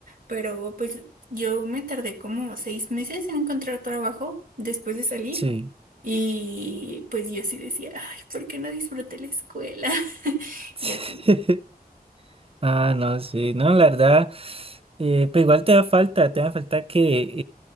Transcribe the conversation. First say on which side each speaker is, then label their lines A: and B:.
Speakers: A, on the right; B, on the right.
A: pero pues yo me tardé como seis meses en encontrar trabajo después de salir
B: Sí.
A: y pues yo sí decía, ay, ¿por qué no disfruté la escuela? <laughs>
B: Sí.
A: Y así.
B: <laughs> Ah, no, sí, no, la verdad, eh, pues igual te da falta, te da falta que